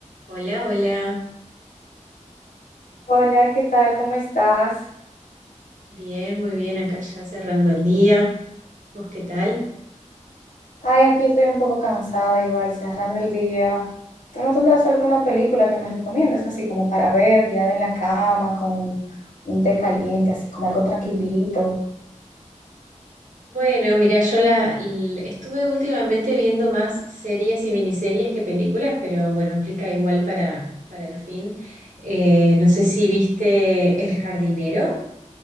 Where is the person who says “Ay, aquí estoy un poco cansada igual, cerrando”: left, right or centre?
Left